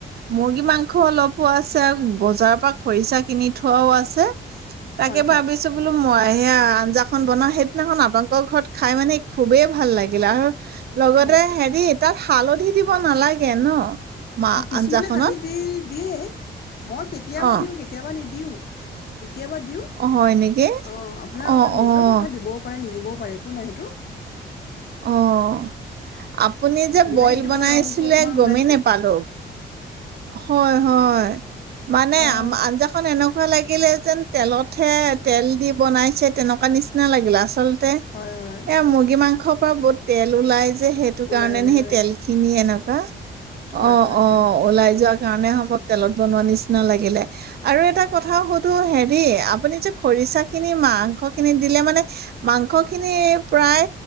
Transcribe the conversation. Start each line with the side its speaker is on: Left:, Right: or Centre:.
Right: মুৰ্গী মুৰ্গী মাংস অলপো আছে। বজাৰৰ পৰা খৰিচা কিনি থোৱাও আছে। তাকে
Left: হয় হয়
Right: ভাবিছোঁ, বোলো, মই সেয়া আঞ্জাখন বনাওঁ। সেইদিনাখন আপোনালোকৰ ঘৰত খাই, মানে, খুবেই ভাল লাগিলে। আৰু লগতে,
Left: হয়
Right: হেৰি তাত হালধি দিব নালাগে, ন? মা
Left: অ', কিছুমানে
Right: আঞ্জাখনত
Left: হালধী দি দিয়ে। মই কেতিয়াবা
Right: অ',
Left: দিওঁ, কেতিয়াবা নিদি দিওঁ। কেত কেতিয়াবা দিওঁ।
Right: অ', হয় নেকি?
Left: অ', আপোনাৰ
Right: অ',
Left: নিজৰ
Right: অ',
Left: কথা। দিবও পাৰে, নিদিবও একো নাই সেইটো।
Right: অ'। আপুনি যে,
Left: বিলাহীটোৰ
Right: বইল বনাইছিলে
Left: পৰা ৰংটো অকমান
Right: গমেই
Left: ওলাই যে
Right: নেপালোঁ। হয়, হয়, মানে
Left: অ
Right: আম আঞ্জাখন এনেকুৱা লাগিলে যেন তেলতহে, তেল দি বনাইছে তেনেকুৱা নিচিনা লাগিলে আচল তে
Left: হয় হয়
Right: এয়া মুৰ্গী মাংস বহুত তেল ওলাই সেইটো
Left: ওলাই
Right: কাৰণে
Left: ওলাই
Right: নি সেই
Left: ওলাই
Right: তেলখিনি এনেক <unintelligible>
Left: হয়
Right: অ',
Left: হয়
Right: অ',
Left: হয়
Right: ওলাই যোৱা <unintelligible> তেলত বনোৱা নিচিনা লাগিলে। আৰু এটা কথা সুধো হেৰি, আপুনি যে, খৰিছাখিনি মাংস খিনিত দিলে মানে, মাংস খিনি প্ৰায়